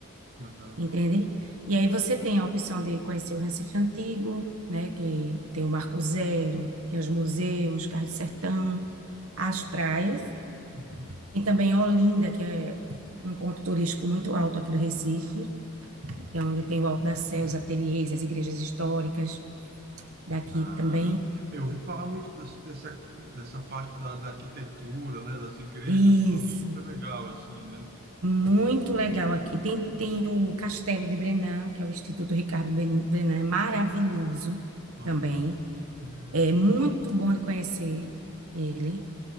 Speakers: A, on the right; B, on the right.
A: aham,
B: entende? E aí você tem a opção de conhecer o Recife Antigo, né, que tem o Marco Zero, tem os museus, Cais do Sertão, as praias,
A: uhum.
B: e também Olinda, que é um ponto turístico muito alto aqui do Recife, que é onde tem o Alto da Sé, os ateliês, as igrejas históricas daqui
A: Ah,
B: também.
A: eu ouvi falar muito des- dessa, dessa parte da, da arquitetura, né? Das igrejas
B: Isso,
A: ficam super legal, assim, né?
B: muito legal aqui. Tem, tem o Castelo de Brenan, que é o Instituto Ricardo Ben- Brenan, é maravilhoso
A: Olha,
B: também.
A: uhum,
B: É muito bom de conhecer ele.